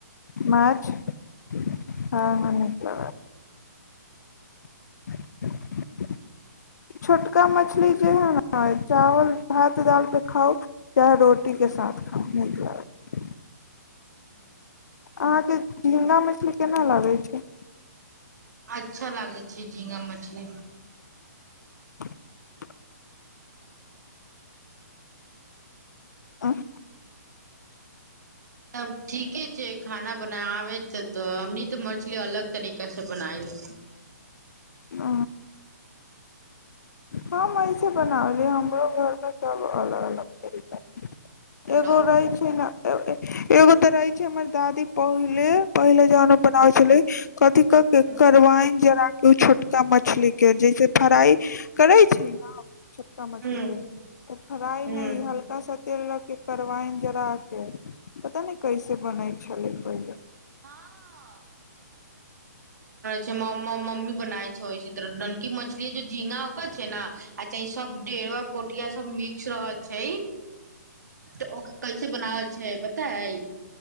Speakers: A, on the left; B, on the right.
A: माछ हँ हॅं अहाॅं <inaudible> छोटका मछली जे है ने चावल भात दालि पे खाउ चाहे रोटीके संग साथ खाऊ
B: हू
A: अहाँके झीङ्गा मछली केना लागै छै
B: अच्छा लागै छै झींगा मछली
A: <inaudible> अह
B: ह <inaudible> त ठीके छै खाना बना आबे छै तऽ अमनी तऽ मछली अलग तरीक से बनाय ह
A: आ हम अऐसे बनाबली हमरो घरमे सभ अलग अलग तरीका
B: हेलो
A: एगो रहै छै ने एगो तऽ रहै छै हमर दादी पहिले पहिले जहन
B: हूं
A: बनाबे छलै कथिक के
B: हूं
A: करवाइन जराइन ओ छोटका मछली के जैसे फ्राइ करै छै ने त मछली
B: हूँ
A: के तऽ फ्राइ
B: हूँ
A: में इ हल्का सा तेल लऽ के करवाइन जरा के पता नै कैसे बनैत छलै पहिले
B: हँ से मम मम मम्मी बनाय छोय ओहि तरह स ननकी मछली ज झींगा ओकर छै ने आ तै सब डेढ़वा पोठिया सब मिक्स रह छै तऽ ओ कैसे बनाबै छै पता है